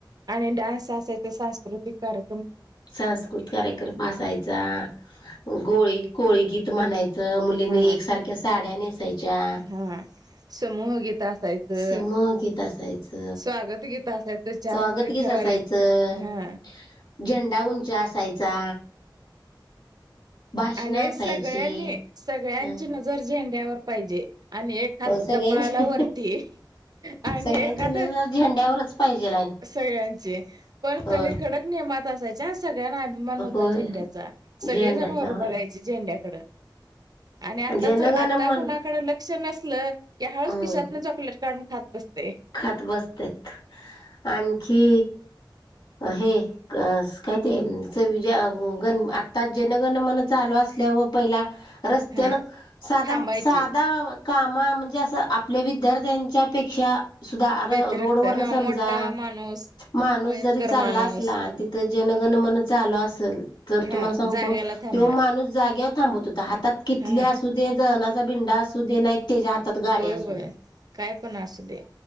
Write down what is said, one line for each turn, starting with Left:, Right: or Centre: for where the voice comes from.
Right: आणि डान्स असायच, सांस्कृतिक कार्य
Left: सांस्कृतिक कार्यक्रम अससायचा, गोळी कोळी गीत म्हणायचा. मुलीं
Right: हा
Left: एकसारख्या साड्या, नेसायच्या
Right: हा समूहगीत असायचं
Left: समोहगीत असायचं.
Right: स्वागत गीत असायचं चार
Left: स्वागत
Right: मुली
Left: गीस
Right: ठराविक
Left: असायचं
Right: हा
Left: झेंडा उंचा असायचा. भाषण
Right: ह. आणि
Left: असायची
Right: सगळ्यांनी सगळ्यांची
Left: ह
Right: नजर झेंड्यावर पाहिजे आणि एक हात
Left: सगळ्यां
Right: कपाळाला वरती. आणि
Left: सगळ्यांची
Right: एखाद
Left: नजर झेंड्यावरच. पाहिजे लाईन
Right: सगळ्यांचे पर
Left: होय
Right: सगळे खडक नियमात असायच्या. सगळ्यांना अभिमान होता
Left: होय
Right: झेंड्याचा सगळेजण
Left: झेंड्याचा
Right: वर
Left: होय
Right: बघायचे झेंड्याकड. आणि आताच
Left: जनगण
Right: आता
Left: मन
Right: कुणाकडे लक्ष नसल की हाळच
Left: हम्म
Right: किशातन चॉकलेट. काढून खात बसते,
Left: खात बसत आणखी हे, अ काय ते ज गण आता, जनगण मन चालू असल्या व पहिला. रस्त्यान
Right: हा
Left: साध
Right: थांबायची
Left: साध, काम म्हणजे असं, आपल्या विद्यार्थ्यांच्या पेक्षा, सुद्धा
Right: व्यतिरिक्त
Left: रोड वर न
Right: हा
Left: समजा,
Right: मोठा माणूस
Left: माणूस
Right: वयस्कर
Left: जरी चालला
Right: माणूस
Left: असला आणि तिथ, जगणनल असेल तर
Right: हा
Left: तुम्हाला सांगतो
Right: जाग्याला थांबणार
Left: माणूस जागावर, थांबत होता हातात कीटली
Right: हा
Left: असू दे, जणाचा भिंडा असू दे नाही त्याच्या हातात गाड
Right: होय
Left: अस
Right: होय
Left: द्या,
Right: काय पण असू दे